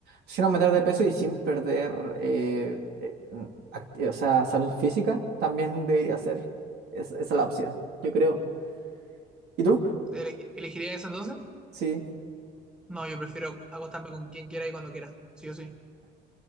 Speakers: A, on the right; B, in the centre.
A: sin aumentar de peso y sin perder, eh, eh, mm, act- o sea, salud física, también debería ser es- esa la opción, yo creo. ¿Y tú?
B: ¿Elegi- ¿Elegirías esa entonces?
A: Sí,
B: No, yo prefiero acostarme con quien quiera y cuando quiera. Sí o sí.